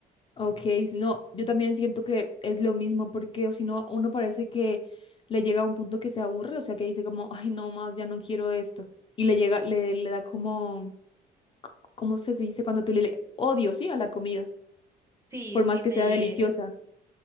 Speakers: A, on the left (about 30°); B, on the right (about 15°).
A: Ok, si no, yo también siento que es lo mismo porque o si no, uno parece que le llega a un punto que se aburre, o sea, que dice como, ay, no más, ya no quiero esto. Y le llega, le, le da como, ¿cómo se dice cuando tú le le- odio, sí, a la comida,
B: Sí,
A: por más
B: sí,
A: que
B: te,
A: sea deliciosa?